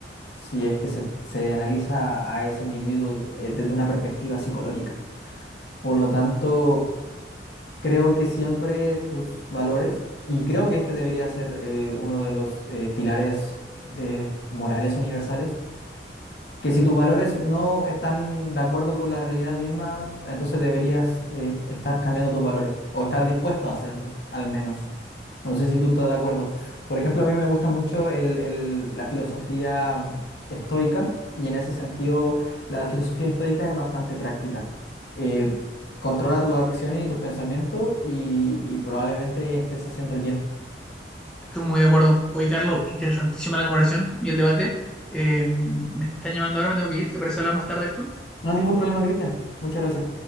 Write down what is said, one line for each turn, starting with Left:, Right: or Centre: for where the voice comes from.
Left: si es que se, se analiza a ese individuo eh, desde una perspectiva psicológica. Por lo tanto, creo que siempre tus valores, y creo que este debería ser eh, uno de los eh, pilares de morales universales, que si tus valores no están de acuerdo con la realidad misma, entonces deberías eh, estar cambiando tus valores o estar dispuesto a hacerlo, al menos. No sé si tú estás de acuerdo. Por ejemplo, a mí me gusta mucho el- el- la filosofía estoica y en ese sentido la filosofía estoica es bastante práctica. Eh, controla tus acciones y tus pensamientos y, y probablemente estés haciendo el bien.
Centre: Estoy muy de acuerdo. Oye, Carlos, interesantísima la conversación y el debate. Eh, me están llamando ahora, me tengo que ir. ¿Te parece hablar más tarde de esto?
Left: No hay ningún problema, Cristian. Muchas gracias.